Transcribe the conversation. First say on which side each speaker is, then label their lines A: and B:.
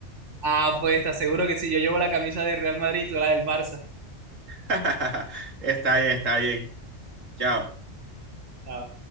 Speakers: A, on the right; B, on the right.
A: Ah, pues te aseguro que si yo llevo la camisa del Real Madrid, tú la del Barça.
B: <laughs> Está bien, está bien. Chao.
A: Ah,